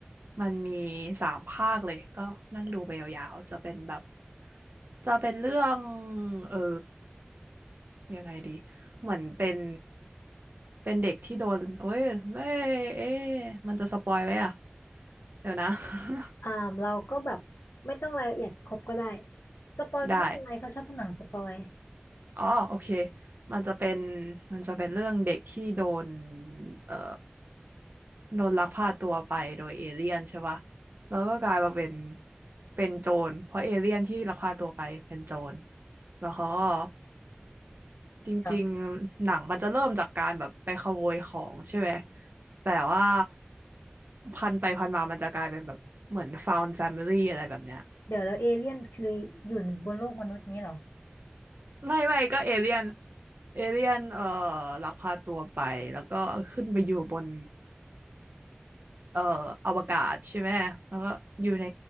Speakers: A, on the right; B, on the left.
A: มันมีสามภาคเลยก็นั่งดูไปยาวๆจะเป็นแบบจะเป็นเรื่องเออยังไงดีเหมือนเป็นเป็นเด็กที่โดนโอ้ยไม่เอ๊ะมันจะสปอยไหมอ่ะเดี๋ยวนะ <laughs>
B: อ่าเราก็แบบไม่ต้องรายละเอียดครบก็ได้สปอยก็ไม่เป็นไรเขาชอบดูหนังสปอย
A: ได้ อ๋อโอเคมันจะเป็นมันจะเป็นเรื่องเด็กที่โดนเอ่อโดนลักพาตัวไปโดยเอเลี่ยนใช่ปะแล้วก็กลายมาเป็นเป็นโจรเพราะเอเลี่ยนที่ลักพาตัวไปเป็นโจรแล้วเขาก็จริงๆหนังมันจะเริ่มจากการแบบไปขโมยของใช่ไหม
B: เดี๋ยว
A: แต่ว่าพันไปพันมามันจะกลายเป็นแบบเหมือน found family อะไรแบบเนี้ย
B: เดี๋ยวแล้วเอเลี่ยนคืออยู่บนโลกมนุษย์นี้เหรอ
A: ไม่ไม่ก็เอเลี่ยนเอเลี่ยนเอ่อลักพาตัวไปแล้วก็ขึ้นไปอยู่บนเอ่ออวกาศใช่ไหมแล้วก็อยู่ใน